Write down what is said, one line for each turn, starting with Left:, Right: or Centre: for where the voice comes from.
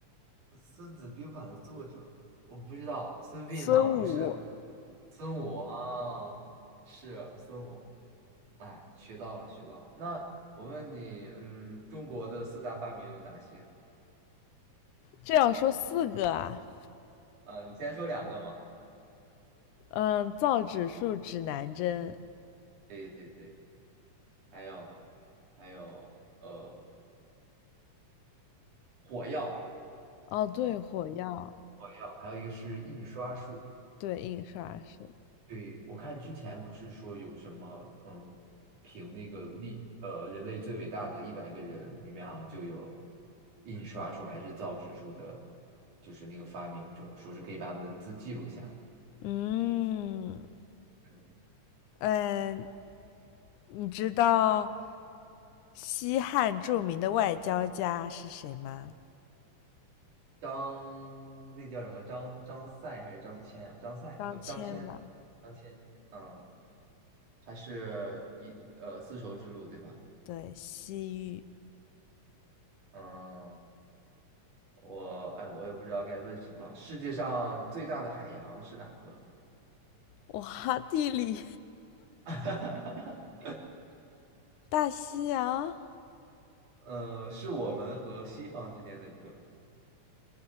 Right: 孙子兵法的作者，我不知道，孙膑吗？
Left: 孙武，
Right: 不是，孙武啊，是孙武。哎，学到了，学到了。那我问你，嗯，中国的四大发明有哪些？
Left: 这要说四个啊。
Right: 啊、你先说两个嘛。
Left: 嗯，造纸术指南针，
Right: 对对对，还有还有呃，火药，
Left: 哦，对，火药，
Right: 火药，还有一个是印刷术。
Left: 对，印刷术。
Right: 对，我看之前不是说有什么，嗯，评那个历，呃，人类最伟大的一百个人里面好像就有印刷术还是造纸术的，就是那个发明者，说是可以把文字记录下来。
Left: 嗯，
Right: 嗯，
Left: 嗯，你知道西汉著名的外交家是谁吗？
Right: 张，那叫什么？张张赛还是张骞呀、张赛，呃，不，
Left: 张骞吧，
Right: 张骞，张骞，嗯，他是一呃丝绸之路对吧？
Left: 对，西域。
Right: 嗯，我哎，我也不知道该问什么了。世界上最大的海洋是哪个？
Left: 哇，地理，
Right: <laughs>
Left: 大西洋，
Right: 呃，是我们和西方之间的一个，